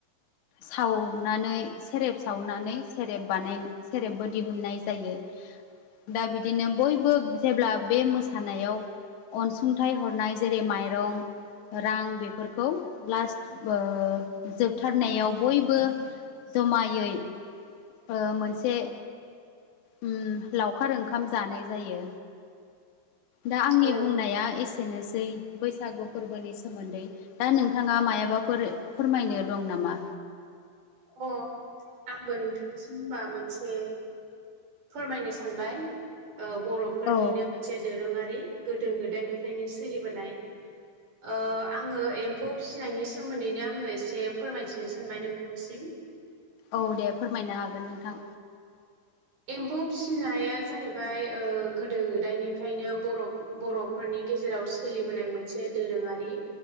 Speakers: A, on the left (about 65°); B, on the right (about 40°).
A: सावनानै सेरेब सावनानै सेरेब बानाय सेरेबबो दिहुनन्नाय जायो। दा बिदिनो बयबो जेब्ला बे मोसानायाव अनसुंथाइ हरनाय जेरै माइरं रां बेफोरखौ लास थुबओ जोबथारनायाव बयबो जमायै ओ मोनसे उम लावखार ओंखाम जानाय जायो। दा आंनि
B: अ
A: बुंनाया एसेनोसै बैसागु फोरबोनि सोमोन्दै। दा नोंथाङा मायाबा फोरो फोरमायनो दं नामा?
B: अ आंबो नोंथांसिम होनबा मोनसे फोरमायनो सानबाय ओ बर'फोरनिनो
A: औ
B: मोनसे दोरोङारि गोदो गोद दायनिफ्रायनो सोलिबोनाय। ओ आङो एम्फौ फिसिनायनि सोमोन्दैनो आङो एसे फोरमायथिनो सानबाय नोंथांसिम।
A: औ दे फोरमायनो हागोन नोंथां।
B: औ एम्फौ फिसिनाया जाहैबाय ओ गोदो ओ गोदायनिफ्रायनो बर' बर'फोरनि गेजेराव सोलिबोनाय मोनसे दोरोङारि